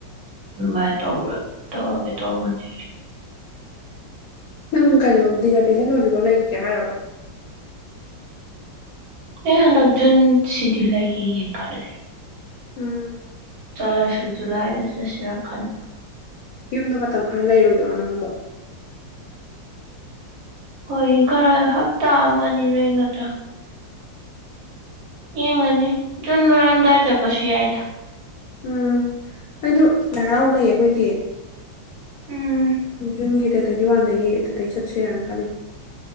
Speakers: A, on the right; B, on the left.
A: ꯑꯗꯨꯃꯥꯏꯅ ꯇꯧꯕ ꯇꯧꯔꯒꯦ ꯇꯧꯕꯅꯦ
B: ꯅꯪ ꯀꯩꯅꯣ ꯗꯤꯖꯔꯇꯦꯁꯟ ꯑꯣꯏꯗ꯭ꯔꯤꯐꯥꯎ ꯂꯩꯈꯤꯒꯦ ꯍꯥꯏꯔꯕ
A: ꯅ ꯍꯟꯅꯛ ꯨꯟ ꯁꯤꯗꯤꯤ ꯂꯩ ꯌꯦꯦ ꯌꯦ ꯈꯔ ꯂꯩ
B: ꯎꯝ
A: ꯆꯠꯂꯁꯨ ꯖꯨꯂꯥꯏꯗ ꯆꯠꯁꯤꯔ ꯈꯟ
B: ꯌꯨꯝꯗ ꯃꯇꯝ ꯈꯔ ꯂꯩꯔꯣꯏꯗ꯭ꯔꯣ ꯅꯪ ꯑꯗꯣ
A: ꯍꯣꯏ ꯈꯔ ꯍꯞꯇꯥ ꯑꯃ ꯂꯩꯒꯗ꯭ꯔꯥ ꯌꯦꯡꯉꯅꯤ ꯖꯨꯟ ꯂꯣꯏꯔꯝꯗꯥꯏ ꯆꯠꯄꯁꯨ ꯌꯥꯏꯗ
B: ꯎꯝ ꯑꯩꯗ ꯉꯥꯏꯍꯥꯎ ꯂꯩꯌꯦ ꯑꯩꯈꯣꯏꯒꯤ
A: ꯎꯝ
B: ꯖꯨꯟꯒꯤ ꯗꯦꯠ ꯇ꯭ꯋꯦꯟꯇꯤ ꯋꯥꯟꯗꯒꯤ ꯑꯗꯨꯗꯩ ꯆꯠꯁꯤꯔꯥꯅ ꯈꯜꯂꯤꯅꯦ